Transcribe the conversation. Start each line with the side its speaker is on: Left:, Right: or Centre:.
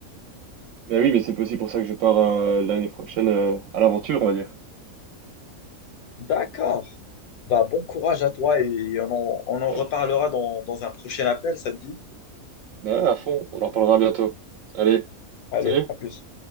Right: Ben oui, mais c'est aussi pour ça que je pars euh, l'année prochaine euh, à l'aventure, on va dire.
Left: D'accord. Bah, bon courage à toi et on en, on en
Right: Ouais.
Left: reparlera dans, dans un prochain appel, ça te dit?
Right: Ben, à fond, on en parlera bientôt. Allez,
Left: Allez,
Right: salut!
Left: à plus.